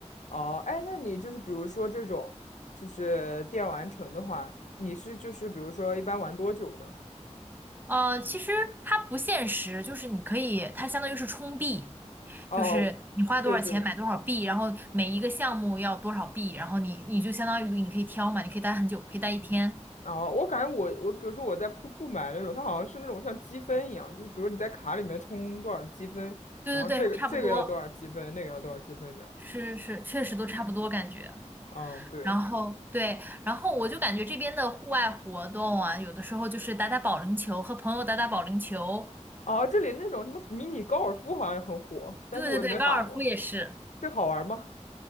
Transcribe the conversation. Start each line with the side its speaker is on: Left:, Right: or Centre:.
Left: 哦，哎，那你就是比如说这种，就是电玩城的话，你是就是比如说一般玩多久的？
Right: 呃，其实它不现实，就是你可以，它相当于是充币，
Left: 哦，
Right: 就是你花多少钱买多少币，
Left: 对对，
Right: 然后每一个项目要多少币，然后你你就相当于你可以挑嘛，你可以待很久，可以待一天。
Left: 哦，我感觉我我比如说我在瀑布买那种，它好像是那种像积分一样，就是比如你在卡里面充多少积分，
Right: 对对对，
Left: 然后这个这个要多少积分，
Right: 差不多，
Left: 那个要多少积分这样。
Right: 是是，确实都差不多感觉。
Left: 嗯，对。
Right: 然后对，然后我就感觉这边的户外活动啊，有的时候就是打打保龄球，和朋友打打保龄球。
Left: 哦，这里那种什么迷你高尔夫好像也很火，但是我也没有打过，
Right: 对对对，高尔夫也是。
Left: 这好玩吗？